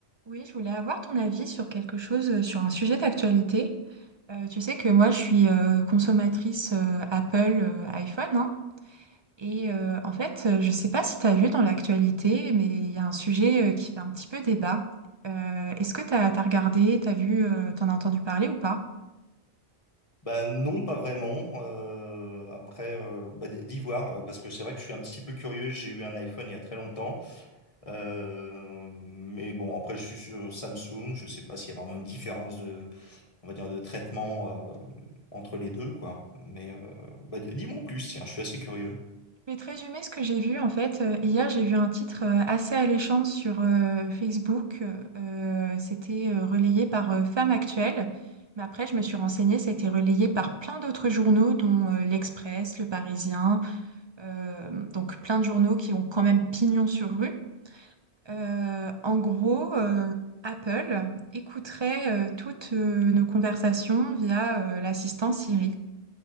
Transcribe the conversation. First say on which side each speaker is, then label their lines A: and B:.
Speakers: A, on the right; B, on the left.
A: Oui, je voulais avoir ton avis sur quelque chose, euh, sur un sujet d'actualité. Euh, tu sais que moi, je suis euh, consommatrice euh, Apple euh, iPhone, hein. et euh, en fait, euh, je ne sais pas si tu as vu dans l'actualité, mais il y a un sujet euh, qui fait un petit peu débat. Euh, est-ce que tu as, regardé, tu as vu, tu en as entendu parler ou pas?
B: Bah non, pas vraiment. Euh, après, euh, bah, d- d'y voir, euh, parce que c'est vrai que je suis un petit peu curieux. J'ai eu un iPhone il y a très longtemps, euh, mais bon, après je suis sur Samsung. Je sais pas s'il y a vraiment une différence de, on va dire, de traitement euh, entre les deux, quoi. Mais euh, bah, d- dis-moi en plus, tiens, je suis assez curieux.
A: Je vais te résumer ce que j'ai vu. En fait, euh, hier, j'ai vu un titre euh, assez alléchant sur euh, Facebook. Euh, c'était euh, relayé par euh, Femme Actuelle. Mais après, je me suis renseignée, ça a été relayé par plein d'autres journaux, dont euh, l'Express, Le Parisien. euh, donc, plein de journaux qui ont quand même pignon sur rue. Euh, en gros, euh, Apple écouterait euh, toutes euh, nos conversations via euh, l'assistant Siri.